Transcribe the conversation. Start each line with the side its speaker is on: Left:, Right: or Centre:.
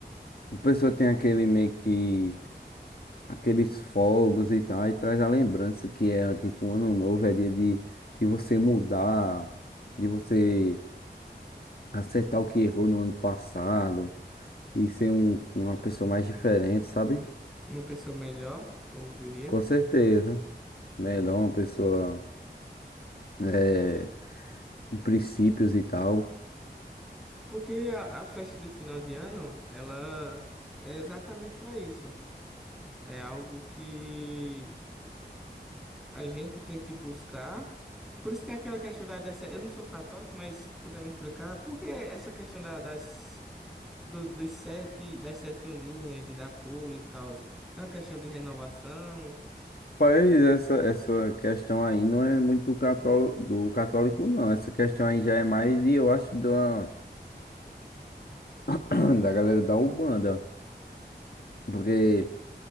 Left: A pessoa tem aquele meio que aqueles fogos e tal, e traz a lembrança que é tipo um ano novo, é dia de, de você mudar, de você acertar o que errou no ano passado e ser um, uma pessoa mais diferente, sabe?
Centre: Uma pessoa melhor, tu diria?
Left: Com certeza. Melhor uma pessoa é, com princípios e tal.
Centre: Porque a, a festa de final de ano, ela é exatamente para isso. É algo que a gente tem que buscar. Por isso tem aquela questão da dessa, eu não sou católico, mas se tu puder me explicar, por que essa questão da- das do- dos sete, das sete ondinhas de dar pulo e tal? É uma questão de renovação?
Left: Mas essa, essa questão aí não é muito do católico, do católico, não. Essa questão aí já é mais de, eu acho, da, <clears throat> da galera da Umbanda. Porque